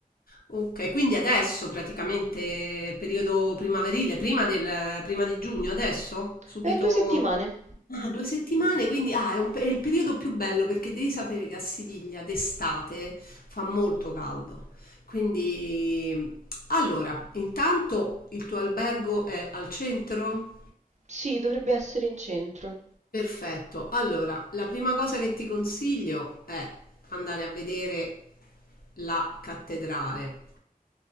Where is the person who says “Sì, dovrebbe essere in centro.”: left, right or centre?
Right